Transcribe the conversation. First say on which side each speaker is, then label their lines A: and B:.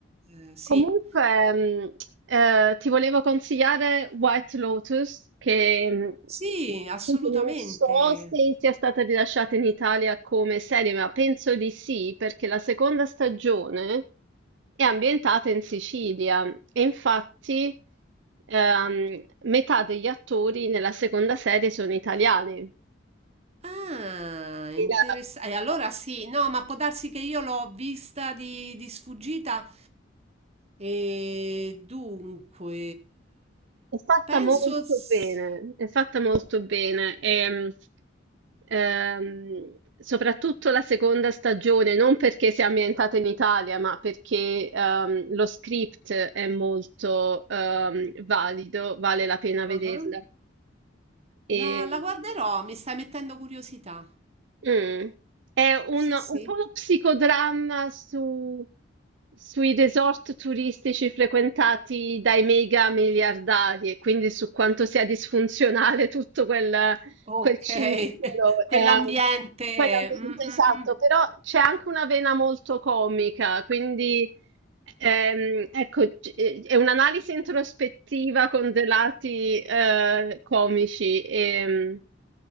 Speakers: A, on the right; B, on the right.
A: Eh, sì,
B: Comunque, mm, eh, ti volevo consigliare White Lotus, che mm,
A: sì, assolutamente.
B: appunto non so se sia stata rilasciata in Italia come serie, ma penso di sì, perché la seconda stagione è ambientata in Sicilia e infatti ehm, metà degli attori nella seconda serie sono italiani.
A: Ah, interessante.
B: Era
A: allora sì, no, ma può darsi che io l'ho vista di, di sfuggita. E dunque,
B: È fatta
A: penso
B: molto
A: sì.
B: bene, è fatta molto bene. E, ehm, soprattutto la seconda stagione, non perché sia ambientata in Italia, ma perché ehm, lo script è molto ehm, valido, vale la pena vederla.
A: Ah,
B: E,
A: La, la guarderò, mi stai mettendo curiosità.
B: Mh. È un
A: Sì, sì.
B: un po' uno psicodramma su sui resort turistici frequentati dai mega miliardari e quindi su quanto sia disfunzionale tutto quel
A: Ok,
B: quel circolo,
A: <laughs> quell'ambiente.
B: ehm, quell'ambiente
A: mm, mm,
B: esatto,
A: mm.
B: però c'è anche una vena molto comica, quindi Ehm, ecco, c- eh, è un'analisi introspettiva con dei lati eh, comici ehm,